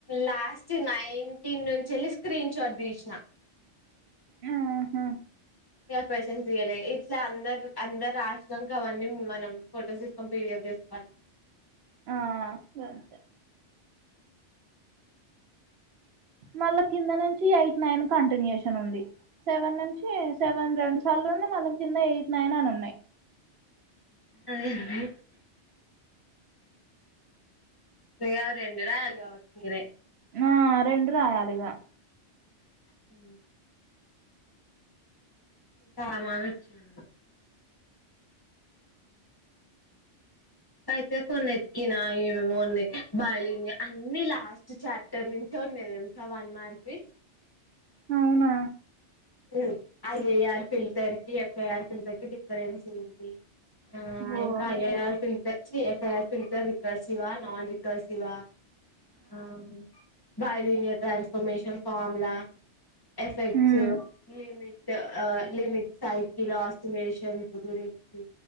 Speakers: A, on the left; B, on the right.
A: లాస్ట్ నైన్టీన్ నుంచేళ్ళి స్క్రీన్ షాట్ తీసిన
B: ఆహా
A: ఇగా క్వశ్చన్స్ తీయలే ఇట్లా అందరు అందరు రాశినంకా అవన్నీ మనం ఫొటోస్ తీసుకొని పిడిఫ్ చేసుకో
B: ఆ గంతే మళ్ళా కింద నుంచి ఎయిట్ నైన్ కంటిన్యూయేషన్ ఉంది సెవెన్ నుంచి సెవెన్ రెండు సార్లు ఉండి మళ్ళ కింద ఎయిట్ నైన్ అని ఉన్నాయి
A: ఉహు హ్ ఇగ అవి రెండు రాయాలి కావొచ్చు మీరే
B: ఆ రెండు రాయాలిగా
A: హ అంతమాగమం వెట్టిండ్ అయితే కొన్ని ఎతికినా ఏమేమోనయి బైలీనియర్ అన్ని లాస్ట్ చాప్టర్ నుంచి లేదంతా వన్ మారపీ
B: అవునా
A: ఉ ఐఐఆర్ ఫిల్టర్ కి, ఎఫ్ఐఆర్ ఫిల్టర్ కి డిఫరెన్స్ ఇయింది. ఆ
B: ఓ
A: ఇంకా అయ్యాయాలతి దేచ్చి ఏఫాఫిగర్ కల్సివా నాన్ వికల్సివా ఆ బలియిండియా transformation formula effects
B: um
A: limit ఆ లిమిట్ సైకిల్ ఆస్థిలేషన్ గురించి